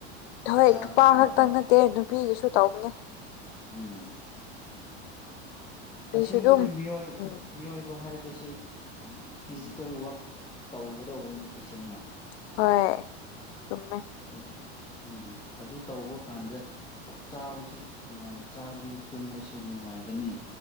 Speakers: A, on the left; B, on the left.
A: ꯍꯣꯏ
B: ꯁꯥꯁꯨ
A: ꯅꯨꯄꯥ
B: ꯐꯕ
A: ꯈꯛꯇ ꯅꯠꯇꯦ ꯅꯨꯄꯤꯒꯤꯁꯨ ꯇꯧꯅꯦ
B: ꯎꯝ
A: ꯅꯨꯄꯤꯁꯨ
B: ꯑꯁꯦꯡꯕꯗꯤ
A: ꯑꯗꯨꯝ
B: ꯃꯤꯑꯣ
A: ꯎꯝ
B: ꯃꯤꯑꯣꯏꯕ ꯍꯥꯏꯕ ꯍꯥꯏꯕꯁꯤ ꯐꯤꯖꯤꯀꯦꯜ ꯋꯛ ꯇꯧꯒꯗꯧꯕꯅꯦ ꯇꯁꯦꯡꯅ
A: ꯍꯣꯏ ꯆꯨꯝꯃꯦ
B: ꯍꯧꯖꯤꯛ ꯎꯝ ꯑꯗꯨ ꯇꯧꯕ ꯀꯥꯟꯗ ꯆꯥꯕꯁꯨ ꯅꯨꯡꯉꯥꯏꯅ ꯆꯥꯒꯅꯤ ꯇꯨꯝꯕꯁꯨ ꯅꯨꯡꯉꯥꯏ ꯅꯨꯡꯉꯥꯏꯒꯅꯤ